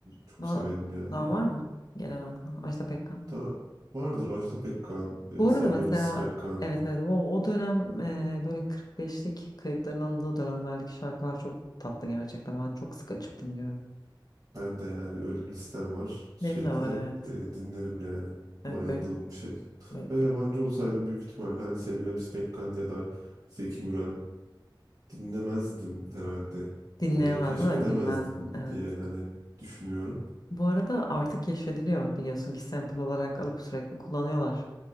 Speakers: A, on the right; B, on the left.
A: çok
B: Daha,
A: severim yani.
B: daha var mı? Gelen aklıma. Ajda Pekkan.
A: Da vardır Ajda Pekkan, e,
B: Bu arada
A: Semiramis
B: mesela
A: Pekkan.
B: evet evet o, o dönem e, böyle kırk beşlik kayıtların alındığı dönemlerdeki şarkılar çok tatlı gerçekten. Ben çok sık açıp dinliyorum.
A: Ben de yani öyle bir listem var. Sürekli
B: Benim de var evet.
A: e, dinlerim yani.
B: Evet
A: Bayıldığım
B: böyle,
A: bir şey.
B: böyle
A: Ve yabancı olsaydım büyük ihtimalle hani Semiramis Pekkan ya da Zeki Müren dinlemezdim herhalde.
B: dinleyemezdim
A: Orayı keşfedemezdim
B: ama bilmezdim evet.
A: diye hani düşünüyorum.
B: Bu arada artık keşfediliyor biliyorsun ki sample olarak alıp sürekli kullanıyorlar.